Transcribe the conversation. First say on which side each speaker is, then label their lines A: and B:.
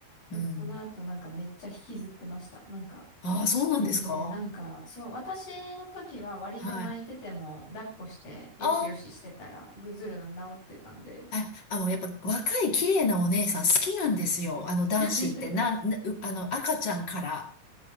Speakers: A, on the left; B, on the left.
A: でもその後なんかめっちゃ引きずってました。
B: うん。
A: なんか
B: ああ、そうなんですか
A: 全然、なんかそう、私の時は割と泣いてても抱っこしてよしよししてたらぐずるの治ってたんで。
B: はい。ああ、あ、あの、やっぱ若い綺麗なお姉さん好きなんですよ。あの男子って、
A: <laughs>
B: なん、なうあの赤ちゃんから。